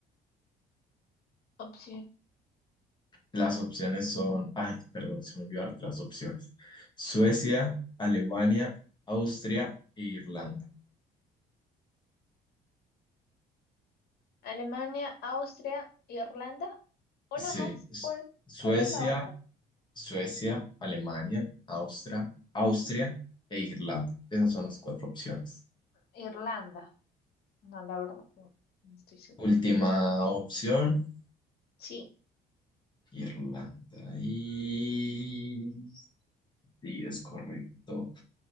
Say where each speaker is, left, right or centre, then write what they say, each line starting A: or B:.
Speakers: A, on the left; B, on the left.
A: opciones.
B: Las opciones son, ay, perdón, se me olvidó darte las opciones. Suecia, Alemania, Austria e Irlanda.
A: Alemania, Austria, Irlanda. Una
B: Sí,
A: más.
B: es-
A: ¿Cuál,
B: Suecia,
A: cuál es la otra?
B: Suecia, Alemania, Austria, Austria e Irlanda. Esas son las cuatro opciones.
A: Irlanda. No, la verdad, no, no estoy segura.
B: Última opción.
A: Sí,
B: Irlanda. Y sí, es correcto.